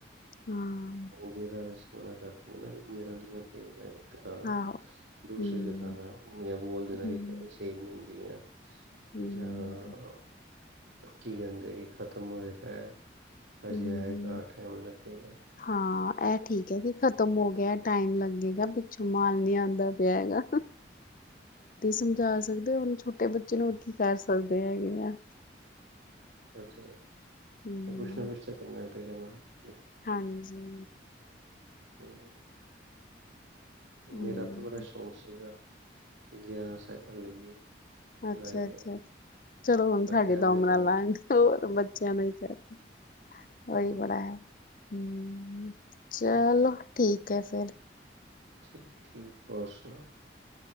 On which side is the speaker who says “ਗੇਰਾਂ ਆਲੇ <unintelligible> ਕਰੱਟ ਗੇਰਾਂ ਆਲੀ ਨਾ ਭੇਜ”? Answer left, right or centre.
Right